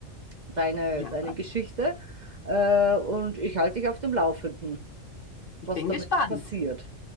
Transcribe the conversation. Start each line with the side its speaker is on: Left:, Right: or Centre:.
Right: deine,
Left: Ja.
Right: deine Geschichte. Äh, und ich halte dich auf dem Laufenden,
Left: Ich
Right: was
Left: bin
Right: damit
Left: gespannt.
Right: passiert.